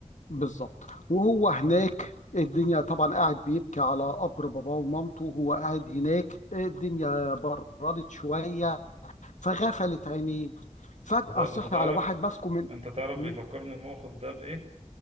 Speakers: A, on the left (about 80°); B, on the right (about 55°).
A: بالظبط وهو هناك الدنيا طبعا قاعد بيبكي على قبر باباه ومامته وهو قاعد هناك الدنيا بردت شوية فغفلت عينيه فجأة
B: انت انت
A: صحي
B: تعرف
A: على واحد ماسكه من
B: انت تعرف
A: مم،
B: بيفكرني الموقف ده بايه